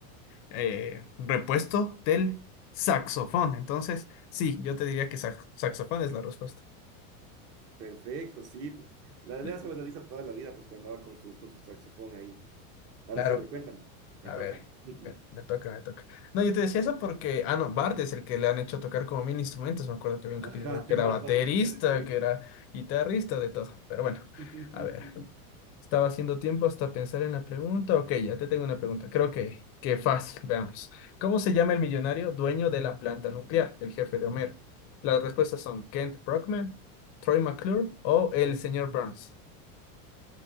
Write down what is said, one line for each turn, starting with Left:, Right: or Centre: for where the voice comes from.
Left: eh, repuesto del saxofón. Entonces, sí, yo te diría que sax- saxofón es la respuesta.
Right: Perfecto, sí, pues. La
Left: Sí,
Right: lea sobre la Lisa toda la vida, pues cuando va con su, con su saxofón ahí. Ahora
Left: claro.
Right: sí, a ver, cuéntame. Me
Left: A
Right: toca.
Left: ver,
Right: <laughs>
Left: me, me toca, me toca. No, yo te decía eso porque, ah, no, Bart es el que le han hecho tocar como mil instrumentos. Me acuerdo que había un
Right: Ajá,
Left: capítulo que era baterista,
Right: pasó por casi
Left: que
Right: todo.
Left: era guitarrista, de todo. Pero bueno,
Right: <laughs>
Left: a ver. Estaba haciendo tiempo hasta pensar en la pregunta. Ok, ya te tengo una pregunta. Creo que, que fácil, veamos. ¿Cómo se llama el millonario dueño de la planta nuclear, el jefe de Homero? Las respuestas son Kent Brockman, Troy McClure o el señor Burns.